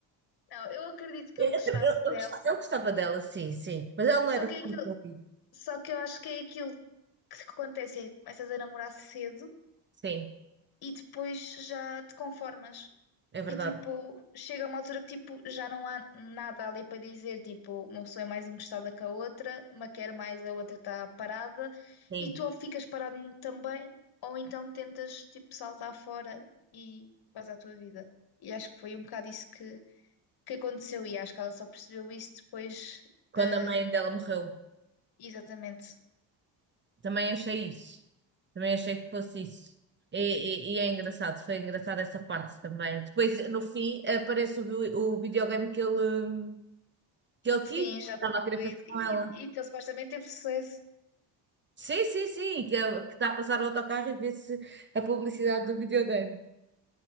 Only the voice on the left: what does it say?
Não, eu acredito que
ele gostasse
dela,
só
que,
é aquilo,
só que eu acho que é aquilo que acontece: é que começas a namorar cedo
e depois já te conformas.
E tipo, chega uma altura que tipo, já não há nada ali para dizer. Tipo, uma pessoa é mais encostada que a outra, uma quer mais, a outra está parada,
e tu ou ficas parado também, ou então tentas tipo saltar fora e vais à tua vida. E acho que foi um bocado isso que, que aconteceu, e acho que ela só percebeu isso depois
da.
Exatamente.
Sim,
já
concluído.
E,
e, e que ele supostamente teve sucesso.